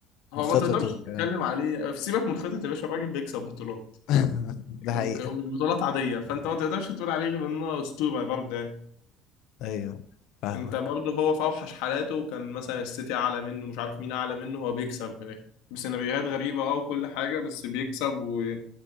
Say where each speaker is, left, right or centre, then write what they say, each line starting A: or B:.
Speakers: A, on the left; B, on the left.
A: هو
B: وخططه
A: ما تقدرش
B: وكده
A: تتكلم عليه في سيبك من خطة يا باشا الراجل بيكسب بطولات
B: <laughs> ده حقيقة
A: وك- ومش بطولات عادية فأنت ما تقدرش تقول عليه غير إنه أسطورة برضه يعني
B: ايوه فاهمك
A: انت برضه هو في اوحش حالاته كان مثلا السيتي اعلى منه مش عارف مين اعلى منه هو بيكسب في الاخر بسيناريوهات غريبه اه وكل حاجه بس بيكسب و...